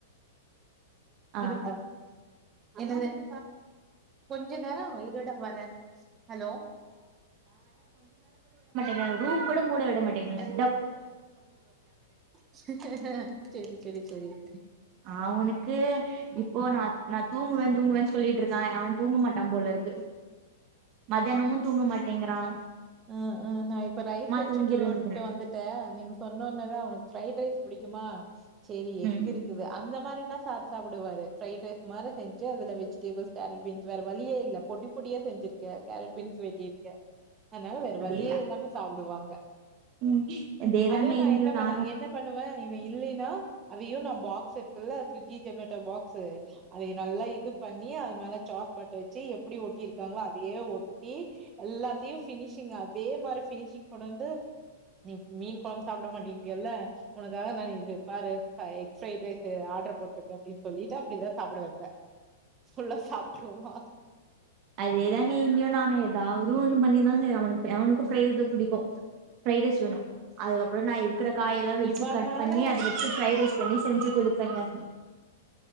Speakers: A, on the right; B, on the right.
A: ஆ
B: இதுபார் அதுதான ஆஹ் கொஞ்ச நேரம் இருடா வரேன் ஹலோ
A: அஹ் ரூம் கூட மூட விட மாட்டேங்துங்க
B: செரி செரி செரி <inaudible>
A: அவனுக்கு இப்போ நான் நான் தூங்குவன் தூங்குவன்னு சொல்லிட்டு இருக்கான் அவன் தூங்க மாட்டான் போல இருக்கு மத்தியனமு தூங்கமாட் டிங்கறா
B: ஆஹ் ஆஹ் நான் இப்ப ரைஸ் வச்சுட்டு
A: தூங்கிருந்துக்கிறே
B: விட்டுட்டு வந்துட்டேன் நீங்க சொன்னோன தான் அவனுக்கு ஃரைட் ரைஸ் புடிக்குமா சேரி எஃக்
A: ம்
B: இருக்குது அந்த மாதிரின்ன சார் சாப்ப ப்புடுவாரு ஃரைட் ரைஸ் மாரி செஞ்சு அதுல வெஜிடேபிள்ஸ் கேரட் பீன்ஸ் வேற வழியே இல்ல பொடி பொடியா செஞ்சிருக்க கேரட் பீன்ஸ் வெட்டியிருகே அதனால வேற
A: அதேதா
B: வழியே இல்லாம சாப்பிடுவாங்
A: ம் அதேதாங்க
B: அது நான்
A: இங்கயு
B: என்ன
A: நானு
B: பண்ணே என்ன பண்ணுவேன் இல்லைன்னா அவையும் நான் பாக்ஸ் இருக்குல ஸ்விக்கி ஜொமேட்டோ பாக்ஸ்ஷு அத நல்லா இது பண்ணி மேல சாஸ் பாட்டல வச்சு எப்படி ஒட்டியிருக்காங்களோ அதையே ஒ ட்டி எல்லாத்தியும் பினிஷிங் அதே மாரி பினிஷிங் கொண்டு வந்து நீ மீன் குழம்பு சாப்பிட மாட்டின்டில உனக்காக நான் இது பாரு எஃக் ஃரைட் ரைஸ்ஷு ஆர்டர் போட்டிருக்கேன் அப்படின் சொல்லிட்டு அப்படிதான் சாப்பிட வைப்பேன் ஃபுல்லா சாப்டுருவான்
A: அதே தானே இங்கோ நானேதான் அவதும் ஒந்து பண்ணிதாங்க அவனுக்கு நா அவனுக்கு ஃபிரைட் ரைஸ் தான் பிடிக்கும் ஃபிரைட் ரைஸ் வேணும் அதுக்கப்பறம் நா இருக்கிற காயெல்லாம் வச்சு
B: இவனால
A: கட் பண்ணி அத வச்சு ஃபிரைட் ரைஸ் பண்ணி செஞ்சு குடு சங்க